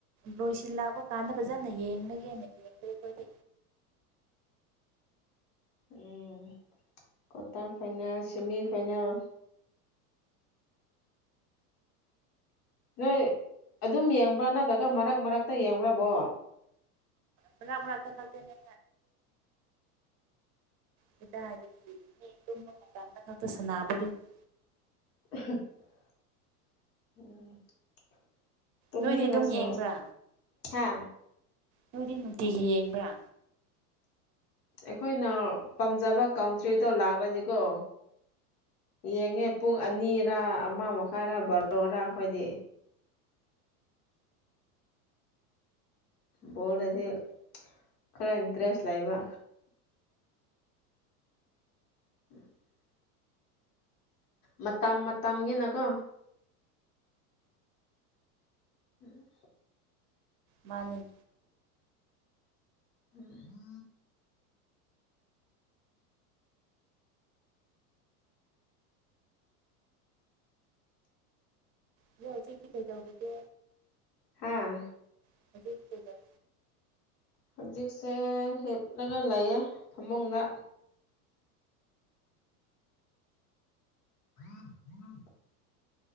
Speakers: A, on the right; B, on the left.
A: ꯂꯣꯏꯁꯤꯜꯂꯥꯛꯄ ꯀꯥꯟꯅꯕ ꯐꯖꯅ ꯌꯦꯡꯂꯥꯒꯦꯅ ꯌꯦꯡꯗꯦ ꯑꯩꯈꯣꯏꯗꯤ
B: ꯎꯝ ꯀ꯭ꯋꯥꯇꯔ ꯐꯥꯏꯅꯦꯜ ꯁꯤꯃꯤ ꯐꯥꯏꯅꯦꯜ ꯅꯣꯏ ꯑꯗꯨꯝ ꯌꯦꯡꯕ꯭ꯔꯥ ꯅꯠꯇ꯭ꯔꯒ ꯃꯔꯛ ꯃꯔꯛꯇ ꯌꯦꯡꯕ꯭ꯔꯕꯣ
A: ꯃꯔꯛ ꯃꯔꯛꯇꯥ ꯈꯛ ꯇꯅꯤꯗꯥ ꯀꯗꯥꯏꯗꯒꯤ <unintelligible>
B: <unintelligible> ꯇꯨꯝꯅꯤꯡꯉꯥꯁꯨ
A: ꯅꯣꯏꯗꯤ ꯑꯗꯨꯝ ꯌꯦꯡꯕ꯭ꯔꯥ
B: ꯍꯥ
A: ꯅꯣꯏꯗꯤ ꯅꯨꯡꯇꯤꯒꯤ ꯌꯦꯡꯕ꯭ꯔꯥ
B: ꯑꯩꯈꯣꯏꯅ ꯄꯥꯝꯖꯕ ꯀꯥꯟꯇ꯭ꯔꯤꯗꯣ ꯂꯥꯛꯂꯥꯗꯤꯀꯣ ꯌꯦꯡꯉꯦ ꯄꯨꯡ ꯑꯅꯤꯔ ꯑꯃ ꯃꯈꯥꯏꯔ ꯕꯥꯔꯣꯔꯥ ꯑꯩꯈꯣꯏꯗꯤ ꯕꯣꯜꯗꯗꯤ ꯈꯔ ꯏꯟꯇꯔꯦꯁ ꯂꯩꯕ <unintelligible> ꯃꯇꯝ ꯃꯇꯝꯒꯤꯅꯀꯣ ꯎꯝ
A: ꯃꯥꯅꯦ
B: ꯎꯝ ꯎꯝ
A: ꯑꯗꯣ ꯍꯧꯖꯤꯛꯇꯤ ꯀꯩꯗꯧꯔꯤꯒꯦ
B: ꯍꯥꯥ
A: <unintelligible>
B: ꯍꯧꯖꯤꯛꯁꯦ ꯍꯤꯞꯂꯒ ꯂꯩꯌꯦ ꯐꯃꯨꯡꯗ <unintelligible>